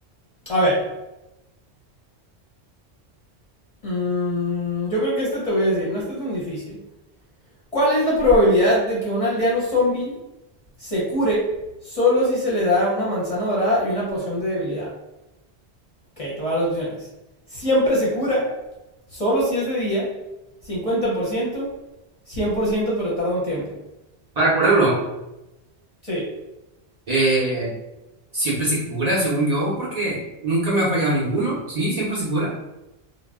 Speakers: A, on the left; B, on the right.
A: A ver. mm, yo creo que este te voy a decir, no está tan difícil. ¿Cuál es la probabilidad de que un aldeano zombie se cure solo si se le da una manzana dorada y una poción de debilidad? Ok, todas las opciones. Siempre se cura, solo si es de día, Cincuenta por ciento. Cien por ciento, pero tarda un tiempo.
B: Para curarlo.
A: Sí.
B: Eh, siempre se cura, según yo, porque nunca me ha fallado ninguno. Sí, siempre se cura.